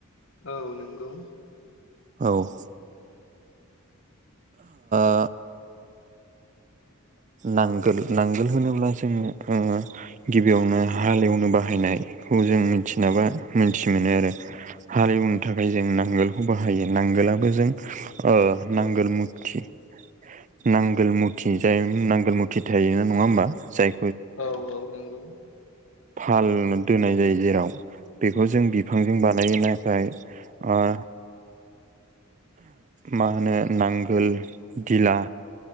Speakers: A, on the left; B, on the right.
A: औ नंगौ
B: औ <inaudible> नांगोल नांगोल होनोब्ला जोङो ओ गिबियावनो हालेवनो बाहायनायखौ जों मिथिनाबा मोनथि मोनो आरो। हालौनो थाखाय जों नांगोलखौ बाहायो नांगोलबो जों नांगोल मुथि
A: <inaudible>
B: नांगोल मुथि जाय नांगोल मुथि थायोना नङा होमबा जाय
A: औ-औ नंगौ
B: फाल दोननाय जायो जेराव। बेखौ जों बिफांजों बानायो नाथाय आ मा होनो नांगोल दिला